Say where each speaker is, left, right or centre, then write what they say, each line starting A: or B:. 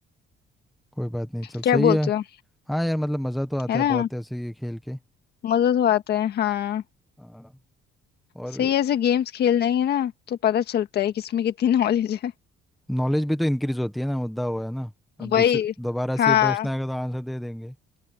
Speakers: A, in the centre; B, on the left (about 50°).
A: कोई बात नहीं चल
B: क्या
A: सही
B: बोलते
A: है
B: हो
A: हाँ यार मतलब मज़ा तो आता
B: है ना
A: है बहुत ऐसे ये खेल के
B: मजा तो आता है हाँ
A: हाँ, और
B: सही ऐसे गेम्स खेल लेंगे ना तो पता चलता है किसमें कितनी <laughs> नॉलेज है
A: नॉलेज भी तो इंक्रीज होती है ना मुद्दा हुआ है ना अब
B: वही
A: दूसरे दोबारा से
B: हाँ
A: ये प्रश्न आएगा तो आंसर दे देंगे